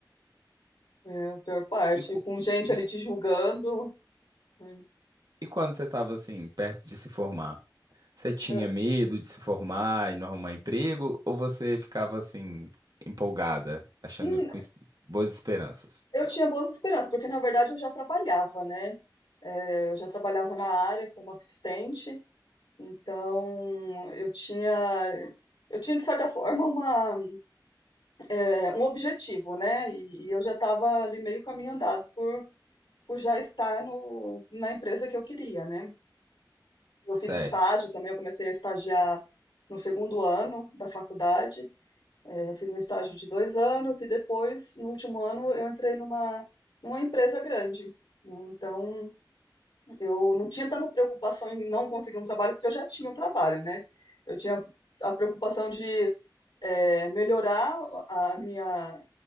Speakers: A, on the left; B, on the right.
A: É a pior parte.
B: E, cu-
A: Com gente
B: e,
A: ali
B: cu-
A: te julgando. É.
B: e quando você estava assim, perto de se formar, você tinha
A: É.
B: medo de se formar e não arrumar emprego? Ou você ficava assim, empolgada, achando
A: Hum,
B: com es- boas esperanças?
A: Eu tinha boas esperanças, porque na verdade eu já trabalhava, né? É, eu já trabalhava na área como assistente, então eu tinha, eu tinha de certa forma uma, é, um objetivo, né? E, e eu já estava ali meio caminho andado por, por já estar no, na empresa que eu queria, né? Eu fiz
B: Certo,
A: estágio também, eu comecei a estagiar no segundo ano da faculdade. É, eu fiz um estágio de dois anos e depois, no último ano, eu entrei numa, numa empresa grande. né? Então, eu não tinha tanta preocupação em não conseguir um trabalho, porque eu já tinha um trabalho, né? Eu tinha a preocupação de é, melhorar a minha,